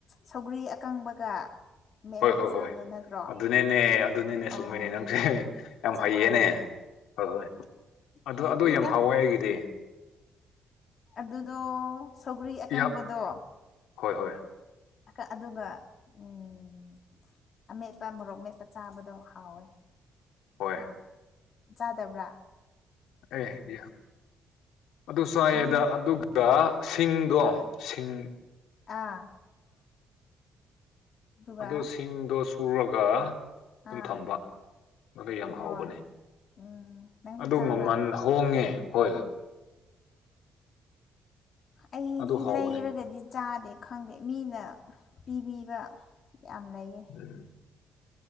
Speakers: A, on the left; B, on the left.
A: ꯁꯧꯒ꯭ꯔꯤ ꯑꯀꯪꯕꯒ ꯃꯦꯠꯂꯒ
B: ꯍꯣꯏ ꯍꯣꯏ
A: ꯆꯥꯕꯗꯣ
B: ꯍꯣꯏ
A: ꯅꯠꯇ꯭ꯔꯣ
B: ꯑꯗꯨꯅꯤꯅꯦ ꯑꯗꯨꯅꯤꯅꯦ
A: ꯑꯣ
B: ꯆꯨꯝꯃꯤꯅꯦ ꯅꯪꯁꯦ ꯌꯥꯝ
A: ꯆꯥꯛꯋꯥꯏꯅꯦ
B: ꯍꯩꯌꯦꯅꯦ ꯍꯣꯏ ꯍꯣꯏ ꯑꯗꯨ
A: ꯍꯩꯇꯦꯗ
B: ꯑꯗꯨ ꯌꯥꯝ ꯍꯥꯎꯋꯦ ꯑꯩꯒꯤꯗꯤ
A: ꯑꯗꯨꯗꯣ ꯁꯧꯒ꯭ꯔꯤ ꯑꯀꯪꯕꯗꯣ
B: ꯌꯥ ꯍꯣꯏ ꯍꯣꯏ
A: ꯑꯀꯥ ꯑꯗꯨꯒ ꯎꯝ ꯑꯃꯦꯠꯄ ꯃꯣꯔꯣꯛ ꯃꯦꯠꯄ ꯆꯥꯕꯗꯣ ꯍꯥꯎꯋꯦ
B: ꯍꯣꯏ
A: ꯆꯥꯗꯕ꯭ꯔꯥ
B: ꯑꯦ ꯑꯗꯨ ꯆꯥꯏꯌ‌ꯦꯗ
A: ꯑꯗꯨꯅ
B: ꯑꯗꯨ ꯒ ꯁꯤꯡꯗꯣ ꯁꯤꯡ
A: ꯑꯥ ꯑꯗꯨꯒ
B: ꯑꯗꯣ ꯁꯤꯡꯗꯣ ꯁꯨꯔꯒ ꯑꯗꯨꯝ
A: ꯑꯥ
B: ꯊꯝꯕ ꯃꯗꯨ ꯌꯥꯝ
A: ꯍꯣꯏ
B: ꯍꯥꯎꯕꯅ‌ꯦ
A: ꯎꯝ ꯅꯪꯁꯨ
B: ꯑꯗꯨ
A: ꯆꯥꯕ꯭ꯔꯥ
B: ꯃꯃꯟ ꯍꯣꯡꯉꯦ ꯍꯣꯏ
A: ꯑꯩꯗꯤ
B: ꯑꯗꯨ ꯍꯥꯎꯕꯅꯦ
A: ꯂꯩꯔꯒꯗꯤ ꯆꯥꯗꯦ ꯈꯪꯗꯦ ꯃꯤꯅ ꯄꯤꯕꯤꯕ ꯌꯥꯝ ꯂꯩꯌꯦ
B: ꯎꯝ